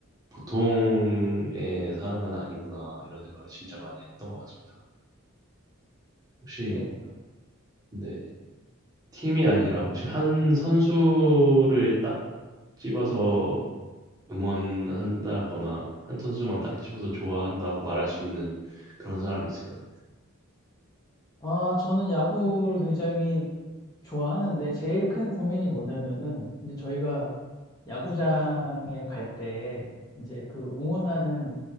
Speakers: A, on the right; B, on the left.
A: 보통의 사람은 아니구나 이런 생각을 진짜 많이 했던 것 같습니다. 혹시
B: 그래서
A: 근데 팀이 아니라 혹시 한 선수를 딱 집어서 응원한다거나 한 선수만 딱 집어서 좋아한다고 말할 수 있는 그런 사람이 있을까요?
B: 아, 저는 야구를 굉장히 좋아하는데 제일 큰 고민이 뭐냐면은 이제 저희가 야구장에 갈 때 이제 그 응원하는